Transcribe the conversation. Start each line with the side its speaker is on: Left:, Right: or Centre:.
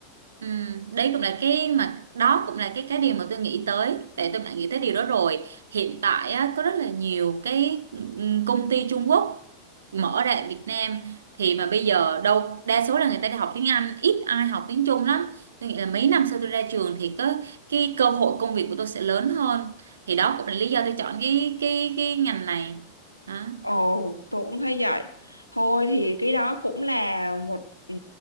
Right: Ừ, đấy cũng là cái mà đó cũng là cái cái điều mà tôi nghĩ tới tại tôi đã nghĩ tới điều đó rồi hiện tại á, có rất là nhiều cái ừ, công ty Trung Quốc mở ra ở Việt Nam thì mà bây giờ đâu đa số là người ta đi học tiếng Anh ít ai học tiếng Trung lắm tôi nghĩ là mấy năm sau tôi ra trường thì có cái cơ hội công việc của tôi sẽ lớn hơn thì đó cũng là lý do tôi chọn cái cái cái ngành này đó.
Left: Ồ, tôi cũng thấy vậy. Thôi thì cái đó cũng là một ừ,